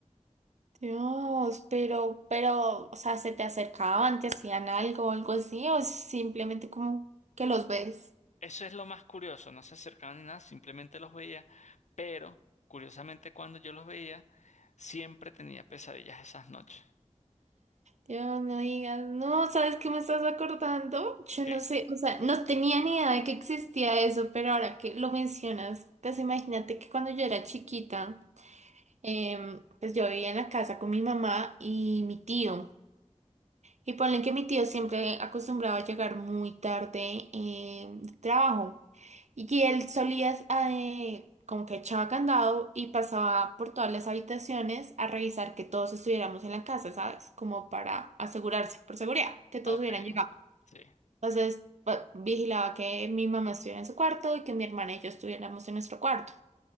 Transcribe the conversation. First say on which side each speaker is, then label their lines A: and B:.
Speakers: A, on the right; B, on the left.
A: Dios, pero, pero, o sea, ¿se te acercaban, te hacían algo o algo así? ¿O simplemente como que los ves?
B: Eso es lo más curioso, no se acercaban ni nada, simplemente los veía, pero curiosamente cuando yo los veía, siempre tenía pesadillas esas noches.
A: Dios, no digas, no, ¿sabes qué me estás acordando? Yo
B: ¿Qué?
A: no sé, o sea, no tenía ni idea de que existía eso, pero ahora que lo mencionas, pues imagínate que cuando yo era chiquita, em, pues yo vivía en la casa con mi mamá y mi tío. Y ponle que mi tío siempre acostumbraba a llegar muy tarde eh, de trabajo. Y él solía, eh, como que echaba candado y pasaba por todas las habitaciones a revisar que todos estuviéramos en la casa, ¿sabes? Como para asegurarse, por seguridad, que todos
B: Ok,
A: hubieran llegado.
B: sí,
A: Entonces, pa- vigilaba que mi mamá estuviera en su cuarto y que mi hermana y yo estuviéramos en nuestro cuarto.